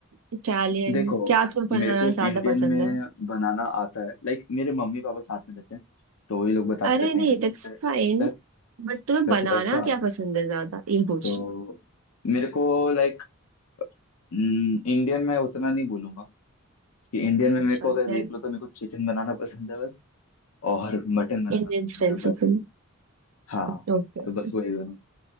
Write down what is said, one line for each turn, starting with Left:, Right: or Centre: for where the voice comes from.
Right: Italian
Left: देखो
Right: क्या तुम्हें
Left: मेरे
Right: बनाना
Left: को
Right: ज्यादा
Left: इंडियन
Right: पसंद
Left: में
Right: है
Left: बनाना आता है लाइक मेरे मम्मी पापा साथ में रहते हैं तो वही लोग बताते
Right: अरे
Left: रहते
Right: नहीं
Left: हैं ऐसे
Right: दैट्स
Left: ऐसे टाइप
Right: फाइन
Left: ऐसे ऐसे टाइप
Right: बट तुम्हें
Left: वैसे
Right: बनाना
Left: टाइप का
Right: क्या पसंद है ज्यादा ये पूछ
Left: तो
Right: रही हूँ।
Left: मेरे को लाइक इंडियन में उतना नहीं बोलूंगा कि इंडियन में
Right: अच्छा
Left: मेरे को अगर
Right: then
Left: देख लो तो मेरे को चिकन बनाना पसंद है बस और मटन बनाना
Right: Indian
Left: पसंद
Right: style
Left: है बस
Right: chicken
Left: हाँ
Right: Okay okay
Left: तो बस वही दोनों